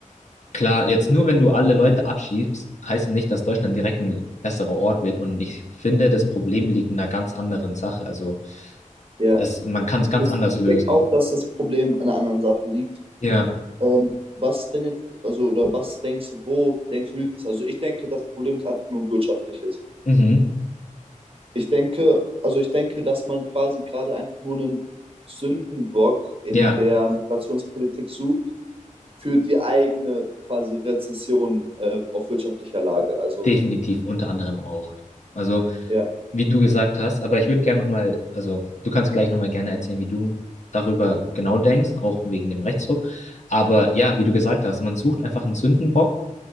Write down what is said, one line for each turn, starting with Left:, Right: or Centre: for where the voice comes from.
Left: klar, jetzt nur wenn du alle Leute abschiebst, heißt es nicht, dass Deutschland direkt ein besserer Ort wird. Und ich finde, das Problem liegt in einer ganz anderen Sache. Also
Right: ja.
Left: es, man kann es ganz
Right: Ich,
Left: anders
Right: ich
Left: lösen.
Right: denke auch, dass das Problem an einer anderen Sache liegt.
Left: Ja,
Right: Ähm, was ist denn jetzt, also, oder was denkst du, wo denkst du, liegt es? Also, ich denke, das Problem ist einfach nur ein wirtschaftliches.
Left: mhm.
Right: Ich denke, also ich denke, dass man quasi gerade einfach nur einen Sündenbock in
Left: Ja,
Right: der Migrationspolitik sucht für die eigene quasi Rezession äh, auf wirtschaftlicher Lage. Also
Left: definitiv, unter anderem auch. Also,
Right: ja,
Left: wie du gesagt hast, aber ich würde gerne nochmal, also du kannst gleich nochmal gerne erzählen, wie du darüber genau denkst, auch wegen dem Rechtsruck. Aber ja, wie du gesagt hast, man sucht einfach einen Sündenbock